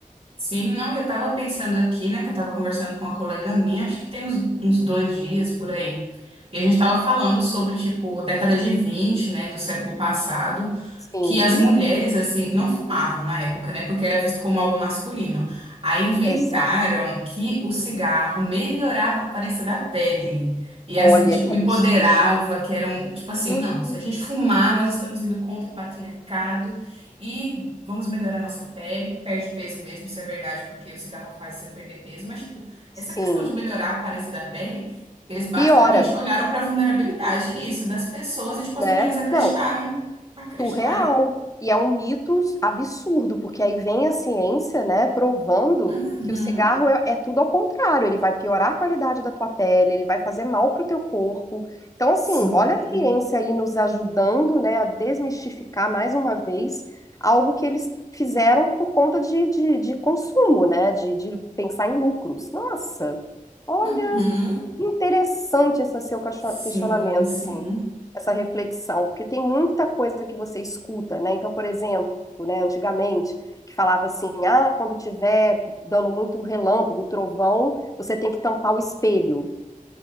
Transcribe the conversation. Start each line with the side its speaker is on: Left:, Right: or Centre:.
Right: Sim, não, e eu tava pensando aqui, né? Que eu tava conversando com uma colega minha, acho que tem uns, uns dois dias por aí. E a gente estava falando sobre, tipo, década de vinte né, do século passado,
Left: Sim,
Right: que as mulheres, assim, não fumavam na época, né, porque era visto como algo masculino. Aí inventaram
Left: exato.
Right: que o cigarro melhorava a aparência da pele. E,
Left: Olha
Right: as- e, tipo,
Left: que absurdo.
Right: empoderava, que eram, tipo assim,
Left: Hum,
Right: não, se a gente fumar, nós estamos indo contra o patriarcado e vamos melhorar nossa pele. Perde peso mesmo, isso é verdade, porque o cigarro faz você perder peso, mas, tipo,
Left: Sim,
Right: essa questão de melhorar a aparência da pele eles basicamente
Left: piora,
Right: olharam para a vulnerabilidade, isso, das pessoas, e tipo, as
Left: né?
Right: mulheres acreditaram.
Left: Não,
Right: Acreditaram.
Left: surreal. E é um mito absurdo, porque aí vem a ciência, né, provando
Right: Uhum.
Left: que o cigarro é, é tudo ao contrário. Ele vai piorar a qualidade da tua pele, ele vai fazer mal pro teu corpo. Então, assim,
Right: Sim.
Left: olha a ciência aí nos ajudando, né, a desmistificar mais uma vez algo que eles fizeram por conta de, de, de consumo, né, de, de pensar em lucros. Nossa, olha.
Right: Uhum.
Left: Interessante esse seu questio-
Right: Sim,
Left: questionamento,
Right: sim.
Left: assim, essa reflexão, porque tem muita coisa que você escuta, né? Então, por exemplo, né, antigamente, que falava assim, ah, quando tiver dando muito relâmpago, trovão, você tem que tampar o espelho.